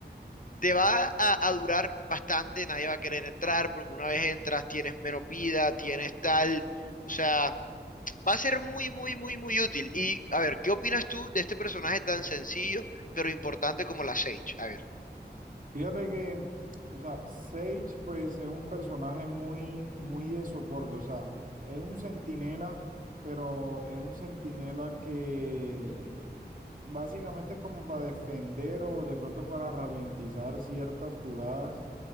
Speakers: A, on the left; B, on the right.
A: te va a, a, durar bastante, nadie va a querer entrar porque una vez entras tienes menos vida, tienes tal, o sea, va a ser muy, muy, muy, muy útil. Y a ver, ¿qué opinas tú de este personaje tan sencillo pero importante como la Sage? A ver,
B: Fíjate que, o sea, Sage pues es un personaje muy, muy de soporte, o sea, es un centinela, pero es un centinela que básicamente es como para defender o de pronto para ralentizar ciertas jugadas,